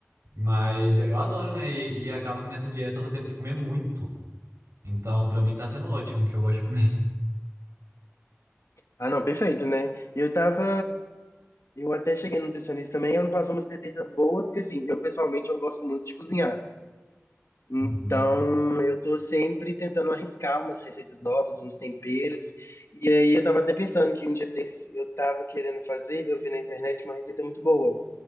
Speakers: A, on the right; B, on the left.
A: Mas eu, eu adoro, né? E, e acaba que nessa dieta eu tô tendo que comer muito. Então, pra mim tá sendo ótimo que eu gosto de comer. <laughs>
B: Ah, não, perfeito, né? Eu tava. Eu até cheguei no nutricionista também, ela me passou umas receitas boas, porque assim, eu pessoalmente eu gosto muito de cozinhar. Então,
A: Uhum.
B: eu tô sempre tentando arriscar umas receitas novas, uns temperos. E aí eu tava até pensando que um dia desses eu tava querendo fazer, eu vi na internet uma receita muito boa,